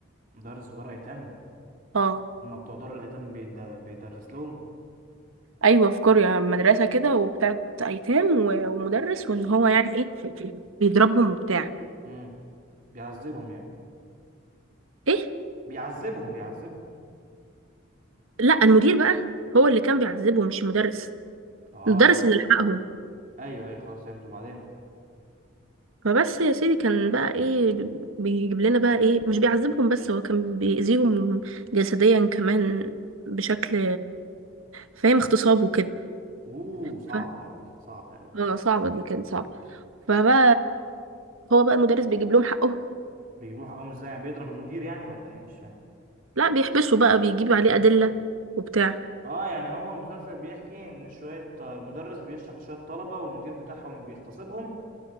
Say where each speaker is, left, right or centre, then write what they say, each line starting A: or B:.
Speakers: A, on the right (about 40°); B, on the right (about 75°).
A: مدرس في دار ايتام
B: اه
A: هما بتوع دار الايتام بيد- بيدرس لهم
B: ايوه في كوريا مدرسه كده وبتاعت ايتام و- ومدرس وان هو يعني ايه بيضربهم وبتاع
A: امم بيعذبهم يعني
B: ايه
A: بيعذبهم بيعذبهم
B: لا المدير بقى هو اللي كان بيعذبهم مش المدرس
A: اه
B: المدرس اللي لحقهم
A: ايوه ايوه خلاص فهمت وبعدين
B: فبس يا سيدي كان بقى ايه بيجيب لنا بقى ايه مش بيعذبهم بس هو كان بيأذيهم جسديا كمان بشكل فاهم اغتصاب وكده
A: اوه صعب
B: ف...
A: قوي دي صعبة قوي
B: اه صعبة دي كانت صعبة فبقى هو بقى المدرس بيجيب لهم حقهم
A: بيجيبوا له حقهم ازاي يعني بيضرب المدير يعني ولا ايه مش فاهم
B: لا بيحبسوا بقى بيجيب عليه أدلة وبتاع
A: اه يعني هو المسلسل بيحكي ان شوية آه، مدرس بيشرح لشوية طلبة والمدير بتاعهم بيغتصبهم